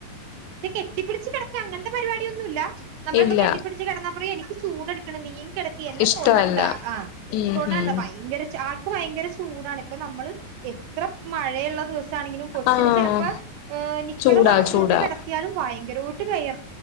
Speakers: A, on the right; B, on the left.
A: ന്നെ കെട്ടിപിടിച്ചു കെടക്ക് ഇല്ല അങ്ങനത്തെ പരിപാടിയൊന്നുല്ല നമ്മളിപ്പോ
B: ഇല്ല
A: കെട്ടിപ്പിടിച്ച് കെടന്നാ പറയും എനിക്ക് ചൂടെടുക്ന്ന് നീങ്ങി കിടക്ക് എന്നെ
B: ഇഷ്ടല്ല
A: തൊടണ്ട ആഹ്
B: ഉം
A: തൊടണ്ടാ
B: ഉം
A: ഭയങ്കര ചാട്ട അവക്ക് ഭയകര ചൂടാണ് ഇപ്പ നമ്മള് എത്ര മഴയുള്ള ദിവസ ണെങ്കിലും കൊച്ചിന്
B: ആഹ്
A: ചിലപ്പോ നിക്കർ
B: ചൂടാ
A: മാത്രമിട്ട്
B: ചൂടാ
A: കിട ഭയങ്കര ആയിട്ടു വിയർ